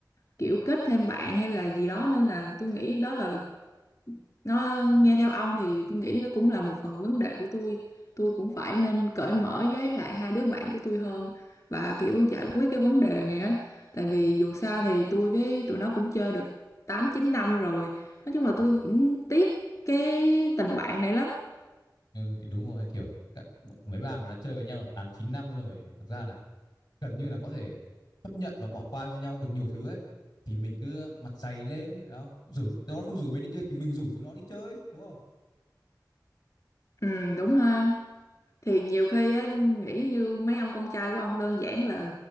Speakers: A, on the left (about 50°); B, on the left (about 70°).
A: kiểu kết thêm bạn hay là gì đó nên là tôi nghĩ đó là nó nghe theo ông thì tôi nghĩ nó cũng là một phần vấn đề của tôi tôi cũng phải nên cởi mở với lại hai đứa bạn của tôi hơn và kiểu giải quyết cái vấn đề này á tại vì dù sao thì tôi với tụi nó cũng chơi được 8 9 năm rồi nói chung là
B: Ừ.
A: tôi cũng tiếc cái tình bạn này lắm
B: ừ, thì đúng rồi kiểu mấy bà mà đã chơi với nhau được tám chín năm rồi thực ra là gần như là có thể chấp nhận và bỏ qua cho nhau được nhiều thứ ấy thì mình cứ mặt dày lên đúng không rủ nó không rủ mình đi chơi thì mình rủ chúng nó đi chơi đúng không
A: ừ đúng ha thì nhiều khi á nghĩ như mấy ông con trai của ông đơn giản là